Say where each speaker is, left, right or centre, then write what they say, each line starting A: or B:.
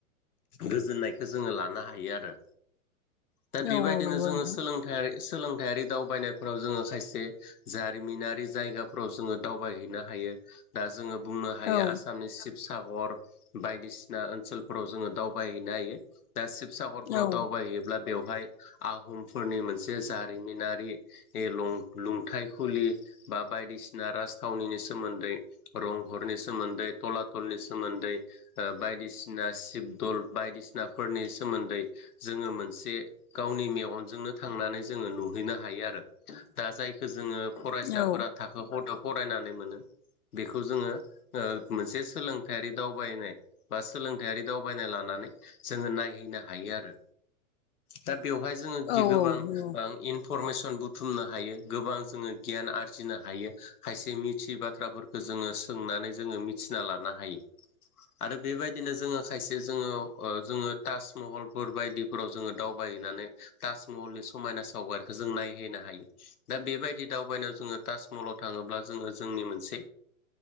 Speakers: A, on the left; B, on the left.
A: गोजोननायखौ जोङो लानो हायो आरो दा बेबायदिनो
B: औ नंगौ
A: जोङो
B: नोंथां
A: सोलोंथाइ सोलोंथायारि दावबायनायफोराव जोङो खायसे जारिमिनारि जायगाफोराव जोङो दावबायहैनो हायो हायो दा जोङो बुंनो हायो
B: औ
A: आसामनि सिप सागर बायदिसिना ओनसोलफोराव जोङो दावबायहैनो हायो दा शिब सागरफोराव
B: औ
A: दावबायहैयोब्ला बेवहाय आहमफोरनि मोन से जारिमिनारि लुं लुंथाय खुलि बा बायदिसिना राजथावनि सोमोन्दै रंहरनि सोमोन्दै थलनि सोमोन्दै ओ बायदिसिना शिब दल बायदिसिनाफोरनि सोमोन्दै जों जोङो मोनसे गावनि मेगनजोंनो थांनानै जोङो नुहैनो हायो आरो दा जायखौ जोङो फरायसाफोरा
B: औ
A: थाखो खथा फरायनानै मोनो बेखौ जोङो ओ मोनसे सोलोंथायारि दावबायनाय बा सोलोंथायारि दावबायनाय लानानै नानै जों नायहैनो हायो आरो दा बेवहाय जोङो
B: औ
A: गोबां
B: औ नंगौ
A: ओ इनपरमेसन ओ बुथुमनो हायो गोबां जोङो गियान आरजिनो हायो खायसे मिथि बाथ्राफोरखौ जोङो सोंनानै जोङो मिथिना लानो हायो आरो बेबायदिनो जोङो खायसे जोङो ओ जोङो ताजमहलफोर बायदिफोराव जोङो दावबाय हैनानै ताजमहलनि समायना सावगारिखौ जों नायहैनो हायो दा बेबायदि दावबायनायाव जोङो ताजमहलाव थाङो थाङोब्ला जोङो जोंनि मोनसे